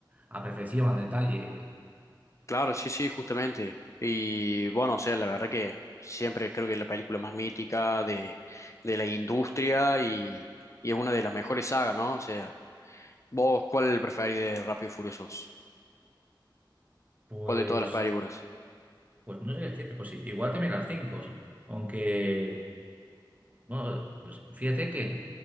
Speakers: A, on the right; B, on the left.
A: a perfección, al detalle.
B: Claro, sí, sí, justamente. Y bueno, o sea, la verdad que siempre creo que es la película más mítica de, de la industria y, y es una de las mejores sagas, ¿no? O sea, ¿vos cuál preferís de Rápido y Furiosos?
A: Pues,
B: ¿Cuál de todas las películas?
A: pues no sé qué decirte, pues igual también las cinco, son. aunque, bueno, pues fíjate que